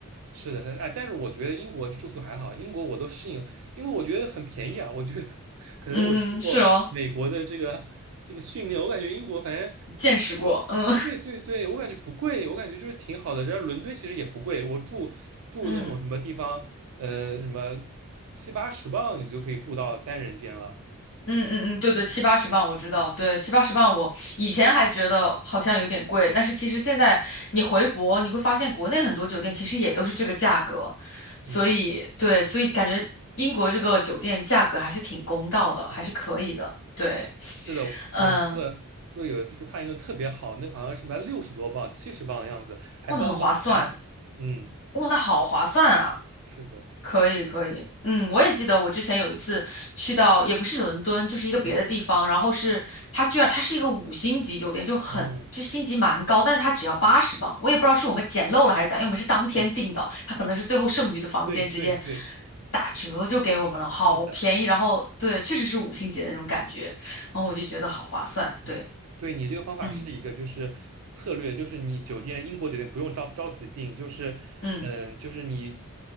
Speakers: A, on the right; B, on the left.
A: 是的，是的，哎，但是我觉得英国住宿还好，英国我都适应，因为我觉得很便宜啊。我觉得可能我经过美国的这个这个训练，
B: 嗯，是哦，
A: 我感觉英国反正
B: 见识过，嗯 <laughs>
A: 对对对，我感觉不贵，我感觉就是挺好的。人家伦敦其实也不贵，我住住那种什么地方，
B: 嗯。
A: 呃，什么七八十镑你就可以住到单人间了。
B: 嗯嗯嗯，对对，七八十磅我知道，对，七八十磅我以前还觉得好像有点贵，但是其实现在你回国，你会发现国内很多酒店其实也都是这个价格，所以对，
A: 嗯，
B: 所以感觉英国这个酒店价格还是挺公道的，还是可以的，
A: 对。
B: 对，
A: 是的，
B: 嗯，
A: 我住的住的有一次住帕丁顿特别好，那个好像是卖六十多磅、七十磅的样子，还包早餐。
B: 哇，那很划算，
A: 嗯，
B: 哇，那好划算啊。
A: 是的。
B: 可以可以，嗯，我也记得我之前有一次去到，也不是伦敦，就是一个别的地方，
A: 嗯，
B: 然后是它居然它是一个五星级酒店，就很就星级蛮高，
A: 哦，
B: 但是它只要八十磅，我也不知道是我们捡漏了还是咋样因为我们是当天订的，
A: 哦
B: 它可能是最后剩余的房间直接
A: 对对对，
B: 打折就给我们了，好便宜，
A: 是的。
B: 然后对，确实是五星级的那种感觉，然后我就觉得好划算，对，
A: 嗯，对你这个方法是一个就是策略，
B: 嗯，
A: 就是你酒店英国酒店不用着着急订，就是嗯，
B: 嗯。
A: 就是你